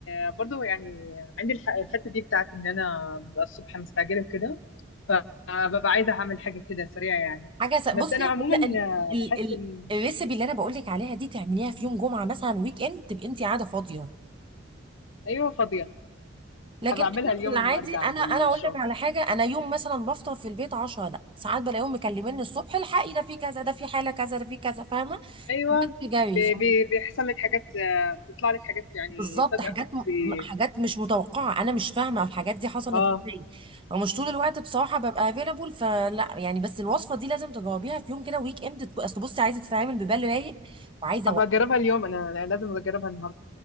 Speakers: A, on the left (about 65°); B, on the right (about 25°).
A: آه، برضو يعني عندي الح- الحته دي بتاعت ان انا ببقى الصبح مستعجله كده فببقى عايزه اعمل حاجه كده سريعه يعني
B: حاجه س... بصي
A: بس انا عموما
B: لا ال...
A: آه،
B: ال...
A: بحس
B: ال...
A: ان
B: الريسبي اللي انا بقول لك عليها دي تعمليها في يوم جمعه مثلا ويك اند تبقي انت قاعده فاضيه
A: ايوه فاضيه
B: لكن
A: هبقى
B: احنا
A: اعملها اليوم
B: في العادي
A: لما ارجع
B: انا
A: من
B: انا
A: الشغل
B: اقول لك على حاجه انا يوم مثلا بفطر في البيت 10 لا ساعات بلاقيهم مكلميني الصبح الحقي ده في كذا ده في حاله كذا ده في كذا فاهمه
A: ايوه
B: بجري
A: بي- بي- بيحصل لك حاجات آه، بيطلع لك حاجات يعني
B: بالظبط
A: فجاه
B: حاجات
A: فبت-
B: م...
A: بي-
B: حاجات مش متوقعه انا مش فاهمه الحاجات دي حصلت
A: اه
B: ازاي فمش طول الوقت بصراحه ببقى افيلابل فلا يعني بس الوصفه دي لازم تجاوبيها في يوم كده ويك اند تكو- اصل بصي عايزه تتعامل ببال رايق وعايزه
A: هبقى
B: وقت
A: اجربها اليوم انا أنا لازم اجربها النهارده